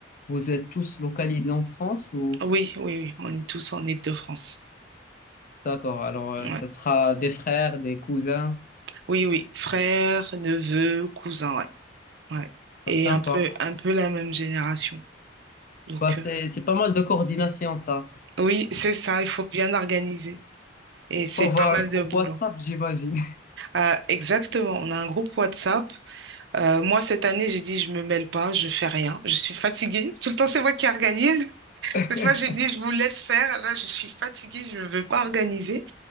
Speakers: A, on the left (about 45°); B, on the right (about 65°).
A: vous êtes tous localisés en France ou?
B: oui, oui, oui, on est tous en Île-de-France.
A: D'accord. Alors, euh,
B: Ouais.
A: ça sera des frères, des cousins.
B: Oui, oui, frères, neveux, cousins, ouais. Ouais.
A: Ah,
B: Et
A: Sympa.
B: un peu, un peu la même génération. Donc,
A: Bah, c'est,
B: euh,
A: c'est pas mal de coordination, ça.
B: oui, c'est ça, il faut bien organiser. Et c'est
A: Faut avoir
B: pas mal
A: un groupe
B: de boulot.
A: WhatsApp, j'imagine.
B: Euh, exactement, on a un groupe WhatsApp Euh, moi, cette année, j'ai dit, je me mêle pas, je fais rien, je suis fatiguée. Tout le temps, c'est moi qui organise. <laughs>
A: <laughs>
B: Cette fois, j'ai dit, je vous laisse faire. Là, je suis fatiguée, je ne veux pas organiser.